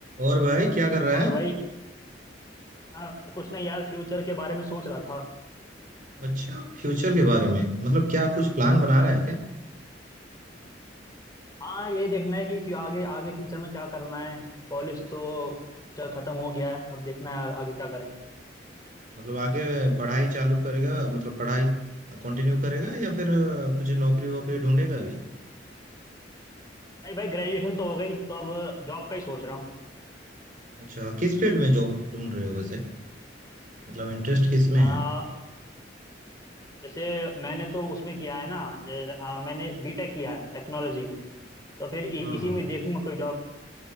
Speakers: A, on the right; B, on the left.
A: और भाई क्या कर रहा
B: और
A: है
B: भाई हाँ कुछ नहीं यार फ्यूचर के बारे में सोच रहा था
A: अच्छा फ्यूचर के बारे में मतलब क्या कुछ प्लान बना
B: हम्म
A: रहा है क्या
B: हाँ ये देखना है कि फ्यू- आगे आगे फ्यूचर में क्या करना है कॉलेज तो चल खत्म हो गया है अब देखना है आ- आगे क्या करें
A: मतलब आगे पढ़ाई चालू करेगा मतलब पढ़ाई कंटिन्यू करेगा या फिर अ, कुछ नौकरी वोकरी ढूंढेगा अभी
B: नहीं भाई ग्रेजुएशन तो हो गई तो अब जॉब का ही सोच रहा हूँ
A: अच्छा किस फील्ड में जॉब ढूंढ रहे हो वैसे मतलब इंटरेस्ट किस में
B: आ,
A: है
B: जैसे मैंने तो उसमें किया है ना जैसे, आ, मैंने बीटेक किया है टेक्नोलॉजी में तो फिर इ,
A: हाँ
B: इसी
A: हाँ
B: में देखूंगा कोई जॉब